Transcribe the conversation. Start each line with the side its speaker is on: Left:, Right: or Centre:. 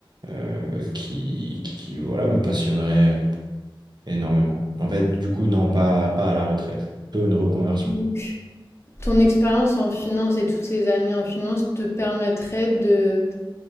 Right: euh, qui, qui, voilà, me passionnerait euh, énormément. En fait, du coup, non, pas, pas à la retraite, plutôt une reconversion.
Left: Donc, ton expérience en finance et toutes ces années en finance te permettraient de,